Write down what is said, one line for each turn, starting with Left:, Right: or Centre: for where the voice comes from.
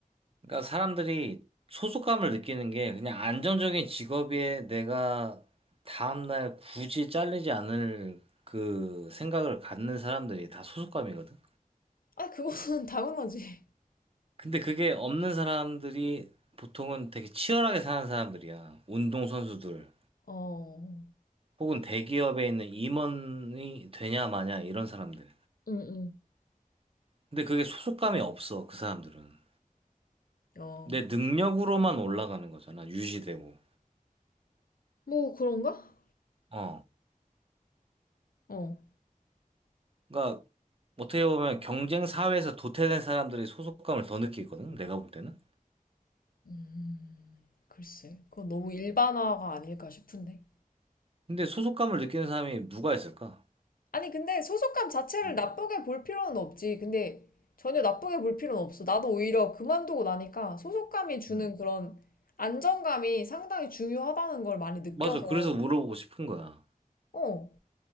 Right: 그러니까 사람들이 소속감을 느끼는 게 그냥 안정적인 직업에 내가 다음날 굳이 잘리지 않을 그 생각을 갖는 사람들이 다 소속감이거든.
Left: 아, 그거는 <laughs> 당연하지.
Right: 근데 그게 없는 사람들이 보통은 되게 치열하게 사는 사람들이야. 운동선수들.
Left: 어,
Right: 혹은 대기업에 있는 임원이 되냐 마냐 이런 사람들.
Left: 응,
Right: 근데 그게 소속감이 없어, 그 사람들은.
Left: 응, 어,
Right: 내 능력으로만 올라가는 거잖아, 유지되고.
Left: 뭐 그런가?
Right: 어.
Left: 어,
Right: 그러니까 어떻게 보면 경쟁 사회에서 도태된 사람들이 소속감을 더 느끼거든, 내가 볼 때는.
Left: 음, 글쎄, 그건 너무 일반화가 아닐까 싶은데.
Right: 근데 소속감을 느끼는 사람이 누가 있을까?
Left: 아니, 근데 소속감 자체를
Right: 음.
Left: 나쁘게 볼 필요는 없지. 근데 전혀 나쁘게 볼 필요는 없어. 나도 오히려 그만두고 나니까 소속감이 주는
Right: 음.
Left: 그런 안정감이 상당히 중요하다는 걸 많이 느껴서.
Right: 맞아. 그래서 물어보고 싶은 거야.
Left: 어,